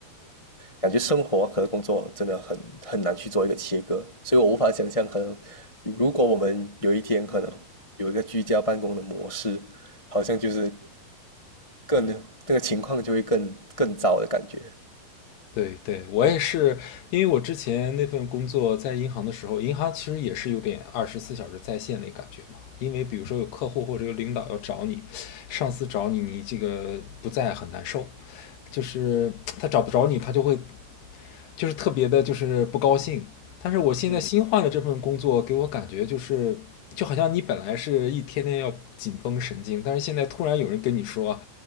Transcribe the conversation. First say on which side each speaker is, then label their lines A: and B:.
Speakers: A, on the left; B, on the left.
A: 感觉生活和工作真的很很难去做一个切割，所以我无法想象，可能如果我们有一天可能有一个居家办公的模式，好像就是更那个情况就会更更糟的感觉。
B: 对对，我也是，因为我之前那份工作在银行的时候，银行其实也是有点二十四小时在线那感觉嘛。因为比如说有客户或者有领导要找你，上司找你，你这个不在很难受。就是他找不着你，他就会就是特别的，就是不高兴。但是我现在新换的这份工作，
A: 嗯，
B: 给我感觉就是就好像你本来是一天天要紧绷神经，但是现在突然有人跟你说，